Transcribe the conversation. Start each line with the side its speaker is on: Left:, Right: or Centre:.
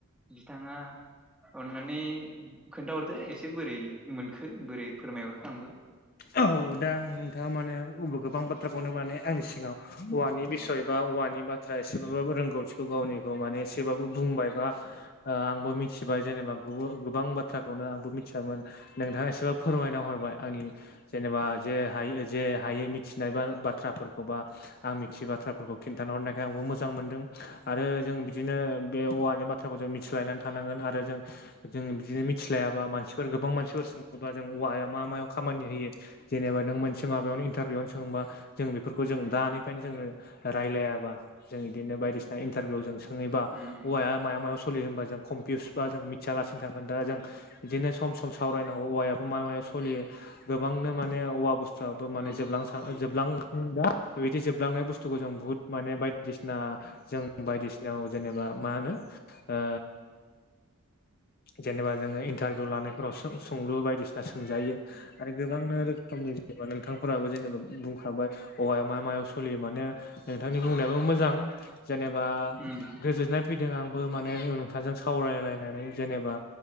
Centre: बिथाङा अननानै खोन्थाहरदो एसे बोरै मोनखो बोरै फोरमायहरखो आंबो
Left: औ दा नोंथाङा माने गोबां बाथ्राखौनो माने आंनि सिगाव औवानि बिसय बा औवानि बाथ्रा एसेबाबो रोंगौथिखौ गावनिखौ माने एसे थेबाबो बुंबाय बा आंबो मिथिबाय जेनेबा गोबां बाथ्राखौनो आंबो मिथियामोन नोंथाङा एसेबा फोरमायना हरबाय आंनि जेनेबा जे हायो जे हायो मिथिनाया बा बाथ्राफोरखौ बा आं मिथियै बाथ्राफोरखौ खिन्थाना हरनायखाय आंबो मोजां मोनदों आरो जों बिदिनो बे औवानि माथ बाथ्राखौ जों मिथिलायनानै थानांगोन आरो जों जों बिदिनो मिथिलायाबा मानसिफोर गोबां मानसिफोर सों बा जों औवाया मा मायाव खामानि होयो जेनेबा नों मोनसे माबायावनो इन्टारभिउआवनो सोंबा जों बेफोरखौ जों दानिफ्रायनो जोंनो रायलायाबा जों बिदिनो बायदिसिना इन्टारभिउ जों स सोङैबा
Centre: उम
Left: औवाया माबायाव सोलियो होनोमबा जों कमपिउस बा जों मिथियालासिनो थागोन दा जों बिदिनो सम सम सावरायनांगौ औवाया मा मायाव सलियो गोबांनो माने औवा बुस्थुआबो माने
Centre: औ
Left: जोबलां जोबलां दा बिदि जोबलांनाय बुस्थुखौ जों बुहुत माने बायदिसिना जों बायदिसिनायाव जेनेबा मा होनो ओ जेनेबा जोङो इन्टारभिउ लानायफोराव सों-सोंलु बायदिसिना सोंजायो। आरो गोबांनो रोखोमनि जेनेबा नोंथांफोराबो जेनेबा बुंखाबाय औवाया मा मायाव सोलियो माने नोंथांनि बुंनायाबो मोजां जेनेबा
Centre: उम
Left: गोजोननाय फैदों आंबो माने नोंथांजों सावरायलायनानै जेनेबा